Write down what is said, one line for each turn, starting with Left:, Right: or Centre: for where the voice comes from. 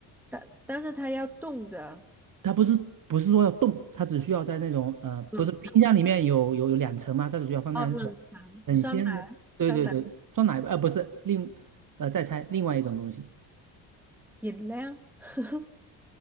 Centre: 但但是它要冻着
Right: 它不是不是说要冻，它只需要在那种呃，
Centre: 冷藏，
Right: 不是冰箱里面有有有两层嘛，它只需要放在那种很鲜的，
Centre: 哦，冷藏，酸奶，
Right: 对对对，
Centre: 酸奶，
Right: 酸奶吧，呃，不是，另呃再猜另外一种东西，
Centre: 饮料，<laughs>